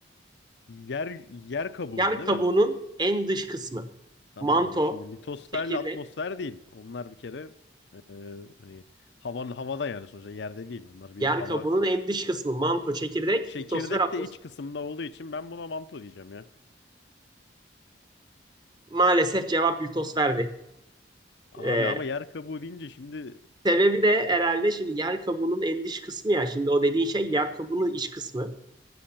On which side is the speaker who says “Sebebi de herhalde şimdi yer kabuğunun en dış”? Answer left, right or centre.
Right